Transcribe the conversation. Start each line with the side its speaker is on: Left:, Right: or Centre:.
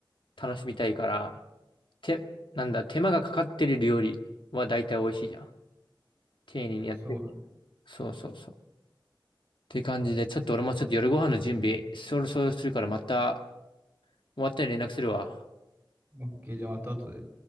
Left: 楽しみたいから、手、なんだ、手間がかかってる料理は大体美味しいじゃん。丁寧にやってる。
Right: そうだね。
Left: そうそうそう。っていう感じで、ちょっと俺もちょっと夜ご飯の準備、そろそろするからまた終わったら連絡するわ。
Right: オッケー、じゃあまた後で。